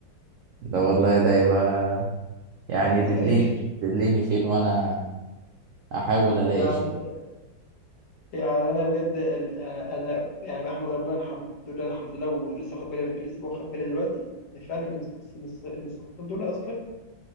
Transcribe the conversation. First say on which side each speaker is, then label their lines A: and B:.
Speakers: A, on the right; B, on the left.
A: ده والله ده يبقى يعني
B: انت متخيل
A: دلني دلني فين وانا احاول الاقي
B: <laughs> يعني
A: شيء.
B: يعني انا بجد ال- يعني انا يعني بحمد ربنا الحمد لله الحمد لله ولسه واخد بالي لسه واخد بالي دلوقتي ان فعلا ان الص- ان الص- إن الصفتين دول اصلا